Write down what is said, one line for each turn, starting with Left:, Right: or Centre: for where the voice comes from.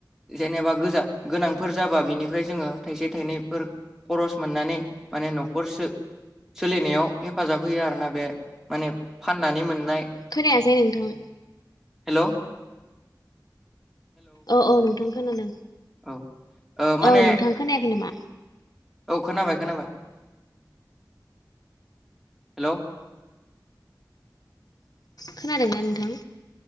Centre: जेनेबा गोजा गोनांफोर जाबा बिनिफ्राय जोङो थाइसे थाइनैफोर खरस मोननानै माने न'खरसो सोलिनायाव हेफाजाब होयो आरोना बे माने फाननानै मोननाय
Left: खोनायासै नोंथां
Centre: हेल'
Left: औ औ नोंथां खोनादों
Centre: औ ओ माने
Left: औ नोंथां खोनायाखै नामा
Centre: औ खोनाबाय खोनाबाय हेल'
Left: खोनादोंना नोंथां